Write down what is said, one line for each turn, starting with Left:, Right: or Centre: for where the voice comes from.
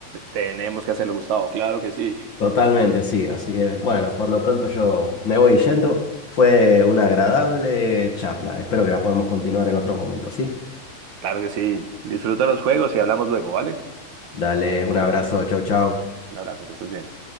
Right: Tenemos que hacerlo, Gustavo, claro que sí,
Left: Totalmente, sí. Así que bueno, por lo pronto yo me voy yendo. Fue una agradable charla. Espero que la podamos continuar en otros momentos, ¿sí?
Right: claro que sí. Disfruta los juegos y hablamos luego, ¿vale?
Left: Dale, un abrazo, chau, chau.
Right: Un abrazo, que estés bien.